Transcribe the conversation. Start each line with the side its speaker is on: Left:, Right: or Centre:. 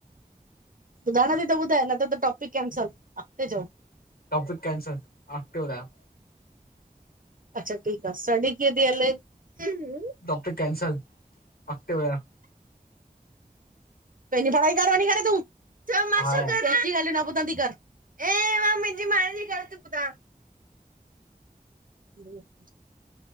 Right: बुधायणो त‌ई त ॿुधाए न त त टॉपिक कैंसल अॻते चओ।
Left: टौपिक कैनसल अॻते ॿुधायो।
Right: अच्छा ठीक आह स्टडी कीअं थी हले? हामं
Left: टोपिक कैनसल अॻते ॿुधायो।
Right: पंहिंजी पढ़ाई कर वञी करें तूं, छो मां
Left: हा
Right: छो करां दी गाल्हियूं न बुधंती कर ऐ मां मुंहिंजी म‌ांण्हे जी गाल्ह ती बुधा। <inaudible>